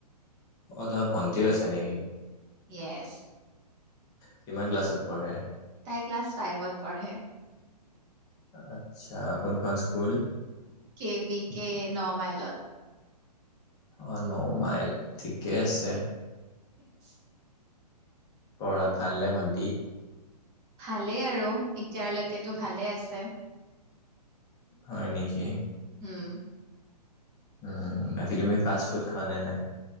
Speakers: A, on the left (about 15°); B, on the right (about 20°).
A: অ তোমাৰ ভন্টিও আছে নেকি?
B: ইয়েছ।
A: কিমান ক্লাছত পঢ়ে?
B: তাই ক্লাছ ফাইভত পঢ়ে।
A: আচ্ছা কোনখন স্কুল?
B: কে বি কে ন মাইলত।
A: অ ন মাইল ঠিকে আছে।
B: এক <inaudible>
A: পঢ়াত ভাল নে ভণ্টি?
B: ভালেই আৰু এতিয়ালৈকেতো ভালে আছে।
A: হয় নেকি!
B: উম।
A: উম বাকী তুমি ফাষ্ট ফুড খোৱা নে নাই?